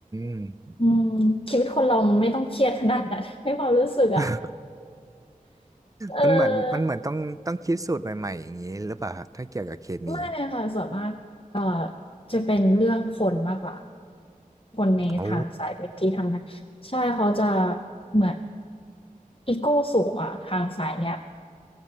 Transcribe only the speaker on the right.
ม
<laughs>
มันเหมือนมันเหมือนต้องต้องคิดสูตรใหม่ๆอย่างนี้หรือเปล่าครับถ้าเกี่ยวกับเคมี
โอ้